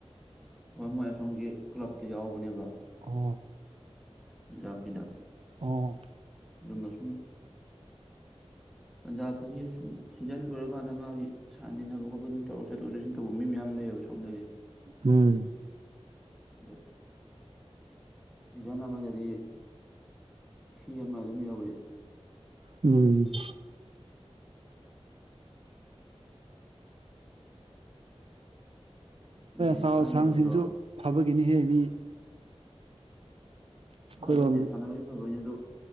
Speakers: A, in the centre; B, on the right.
A: ꯍꯣꯏ ꯃꯣꯏ ꯑꯁꯣꯝꯒꯤ ꯀ꯭ꯂꯕꯇ ꯌꯥꯎꯕꯅꯦꯕ
B: ꯑꯣ
A: ꯄꯟꯖꯥꯞꯀꯤꯗ
B: ꯑꯣ
A: ꯑꯗꯨꯃ ꯁꯨꯝ ꯄꯟꯖꯥꯞꯇꯒꯤ ꯁꯨꯝ ꯁꯤꯖꯟ ꯂꯣꯏꯔꯀꯥꯟꯗ ꯃꯥꯒꯤ <unintelligible> ꯈꯣꯠꯄ ꯑꯗꯨꯝ ꯇꯧꯔꯒ ꯆꯠꯊꯣꯛ ꯆꯠꯁꯤꯟ ꯇꯧꯕ ꯃꯤ ꯃꯌꯥꯝ ꯂꯩꯌꯦꯕ‌ ꯁꯣꯝꯗꯒꯤ
B: ꯎꯝ
A: ꯑꯗꯣ ꯁꯤꯖꯟ ꯑꯃꯗꯗꯤ ꯁꯤ ꯑꯃ ꯑꯗꯨꯝ ꯌꯧꯋꯤ
B: ꯎꯝ
A: ꯑꯗꯨꯗꯤ
B: ꯃꫭꯏ ꯑꯆꯧ
A: ꯑꯥ
B: ꯑꯁꯥꯡꯁꯤꯡꯁꯨ
A: ꯌꯧꯔꯗ꯭ꯔꯣ
B: ꯐꯕꯒꯤꯅꯤꯍꯦ ꯃꯤ ꯑꯩꯈꯣꯏꯔꯣꯝ
A: ꯐꯕꯩꯅꯦ ꯁꯥꯟꯅꯔꯣꯏꯖꯨ ꯐꯕꯩꯅꯦ ꯑꯗꫭ